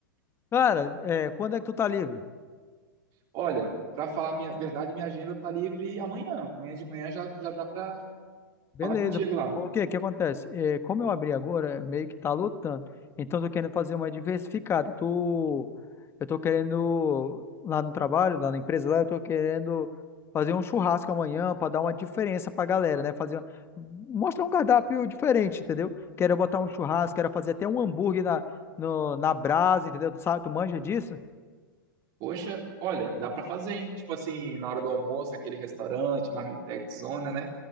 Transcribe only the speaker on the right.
Olha, pra falar a minha verdade, minha agenda tá livre amanhã. Amanhã de manhã já, já dá pra
falar contigo lá.
Poxa, olha, dá pra fazer, hein? Tipo assim, na hora do almoço, aquele restaurante, Marmitex, zona, né?